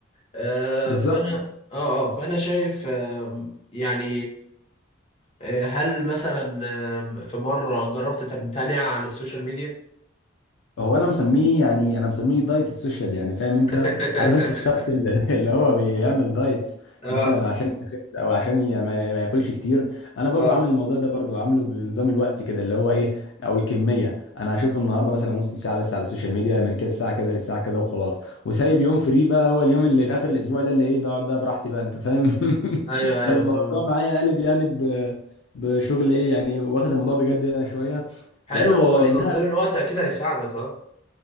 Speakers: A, on the left; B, on the left.
A: آه
B: بالظبط
A: فانا اه اه فانا شايف آه يعني آه هل مثلا آه في مره جربت تمتنع عن السوشيال ميديا
B: هو انا مسميه يعني انا مسميه دايت السوشيال يعني فاهم انت
A: <laughs>
B: عارف انت الشخص اللي <laughs> اللي هو بيعمل دايت
A: اه
B: مثلا عشان يخس او عشان ي- ما ما ياكلش كتير انا برضو
A: اه
B: عامل الموضوع ده برضو عامله بنظام الوقت كده اللي هو ايه او الكميه انا هشوف النهارده مثلا نص ساعه بس على السوشيال ميديا من كده الساعه كذا للساعه كذا وخلاص وسايب يوم فري بقى هو اليوم اللي في اخر الاسبوع ده اللي ايه بقعد بقى براحتي بقى انت فاهم <laughs>
A: ايوه
B: فالموضوع
A: ايوه فاهم.
B: معايا قلب يعني ب بشغل ايه يعني واخد الموضوع بجد انا شويه
A: حلو
B: لان المو... لانها
A: تنظيم الوقت اكيد هيساعدك اه